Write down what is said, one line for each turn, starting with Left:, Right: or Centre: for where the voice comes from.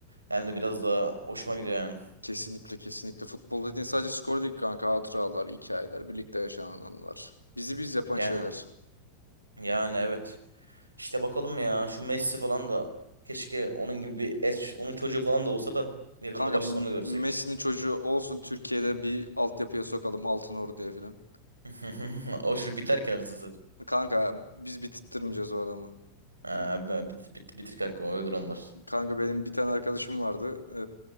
Right: hem de biraz daha hoşuma gidiyor yani.
Left: Kesinlikle kesinlikle. Futbol dediğin sadece skor değil kanka. Hatıralar, hikayeler, birlikte yaşanan anılar. Bizi biz yapan
Right: Yani,
Left: şeyler.
Right: yani evet. İşte bakalım ya şu Messi falan da keşke onun gibi bir eş, onun çocuğu falan da olsa da yakında
Left: Kanka
Right: başta
Left: M-
Right: onu görsek.
Left: Messi'nin çocuğu olsun Türkiye'de bir altyapıya sokalım Altın Ordu'ya falan.
Right: <laughs> O çocuk biter ki anasını satayım.
Left: Kanka biz bitirtmeyeceğiz o adamı.
Right: Ha, ben- bit, bit, bitir kanka öldür onlar.
Left: Kanka benim bir tane arkadaşım vardı.